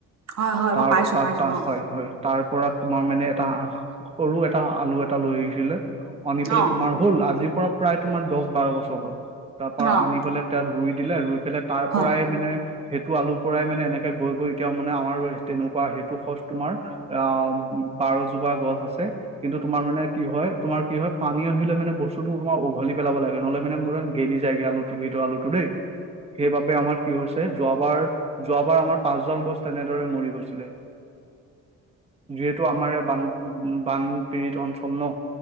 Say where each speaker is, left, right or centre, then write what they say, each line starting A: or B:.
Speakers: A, on the right (about 60°); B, on the right (about 20°).
A: হয় হয়
B: তাৰ
A: মই পাইছো
B: তা
A: পাইছো
B: তা
A: অ',
B: হয় হয়। তাৰ পৰা তোমাৰ মানে এটা সৰু এটা আলু এটা লৈ আহিছিলে আনি পেলাই
A: অ',
B: তোমাৰ। হ'ল আজিৰ পৰা প্ৰায় তোমাৰ দচ বাৰ বছৰ হ'ল তাৰ পৰা
A: অ',
B: আনি পেলাই তাত ৰুই দিলে ৰুই পেলাই। তাৰ
A: হয়।
B: পৰাই মানে। সেইটো আলু পৰাই মানে এনেকে গৈ গৈ এতিয়া মানে আমাৰ তেনেকুৱা সেইটো খচ তোমাৰ। অ বাৰজোপা গছ আছে কিন্তু তোমাৰ মানে কি হয়। তোমাৰ কি হয় পানী আহিলে মানে বস্তুটো তোমাৰ উঘলি পেলাব লাগে নহ'লে মানে ম গেলি যায়গে আলুটো ভিতৰত আলুটো দেই।
A: <inaudible>
B: সেইবাবে আমাৰ কি হৈছে যোৱাবাৰ। যোৱাবাৰ আমাৰ পাঁচজন গছ তেনেদৰে মৰি গৈছিলে যিতু। এইটো আমাৰে বান বানপীড়িত অঞ্চল ন।